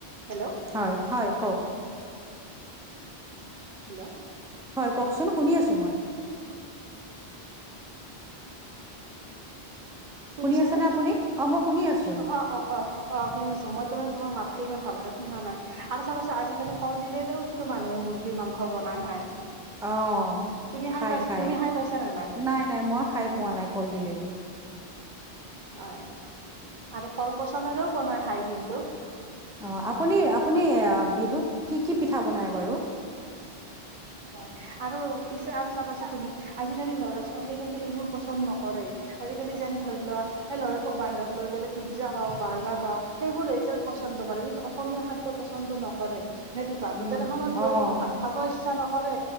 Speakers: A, on the right; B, in the centre.
A: <unintelligible>
B: হয় হয় কওক।
A: হল। <inaudible>
B: হয় কওকচোন শুনি আছোঁ মই।
A: শুনিছ
B: শুনি আছেনে
A: নে?
B: আপুনি? অ' মই শুনি আছো।
A: অ অ অ অ অ শুনিছো মই তোম তোমাৰ মাত। ত ইমান ভালকে শুনা নাই। আৰু চাব চোন আজিকালি কল দিলেও কিন্তু মানুহে মুৰ্গীৰ মাংস বনাই খায়।
B: অ
A: তুমি খাই
B: খায়
A: পাই
B: খায়।
A: তুমি খাই পাইছা নে
B: নাই নাই মই খাই পোৱা নাই কলডিলেদি।
A: হয় আৰু ফল পচলৰেও বনাই খাই কিন্তু।
B: অ আপুনি আপুনি বিহুত কি কি পিঠা বনায় বাৰু।
A: হয়। হয় আৰু পিছে আৰু চাব আছো তুমি আজিকালি লৰা-ছোৱালী কিন্তু এইবোৰ পচন্দ নকৰেই। আজিকালি যেন ধৰি লোৱা এ ল'ৰাটো বাহিৰত লৈ গলে পিজ্জা হওক বাৰ্গাৰ হওক সেইবোৰে যেন পচন্দ কৰে। কিন্তু, অসমীয়া খাদ্য পচন্দ নকৰে নে কি কোৱা?
B: উম,
A: হোটেল এখনত
B: অ'
A: গৈ কিন্তু ভাত খাব ইচ্ছা নকৰে।